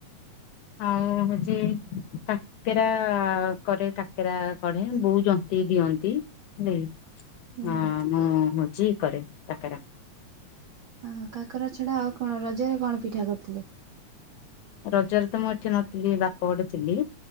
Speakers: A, on the left; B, on the right.
A: ଆଉ ହଉଚି କା କାକେରା କରେ କାକେରା ଗଢ଼େ ବୋଉ ଜନ୍ତି ଦିଅନ୍ତି ହେଲାକି।
B: ହୁଁ
A: ହଁ ମୁଁ ହୋଉଚି କରେ କାକେରା।
B: ହଁ କାକେରା ଛଡ଼ା ଆଉ କଣ ରଜରେ କଣ ପିଠା କରିଥିଲେ?
A: ରଜରେ ତ ମୁଁ ଏଠି ନଥିଲି ବାପ ଘରେ ଥିଲି